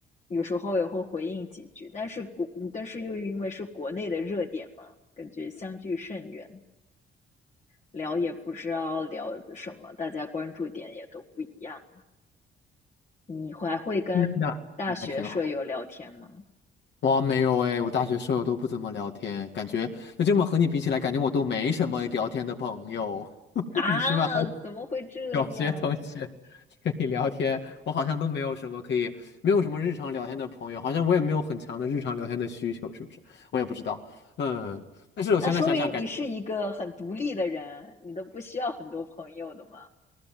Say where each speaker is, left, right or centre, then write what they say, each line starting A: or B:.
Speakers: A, on the left; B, on the left.
A: 有时候也会回应几句，但是国但是又因为是国内的热点嘛，感觉相距甚远。聊也不知道聊什么，大家关注点也都不一样。你还会跟大学舍友聊天吗？
B: 那那还挺好。哇，没有哎，我大学舍友都不怎么聊天，感觉那这么和你比起来，感觉我都没什么聊天的朋友。<laughs>
A: 啊，
B: 你起码
A: 怎么会这样？
B: 小学同学可以聊天，我好像都没有什么可以，没有什么日常聊天的朋友，好像我也没有很强的日常聊天的需求，是不是？我也不知道，嗯，但是我现在想想，
A: 那说明你是一个很独立的人，
B: 感觉
A: 你都不需要很多朋友的嘛？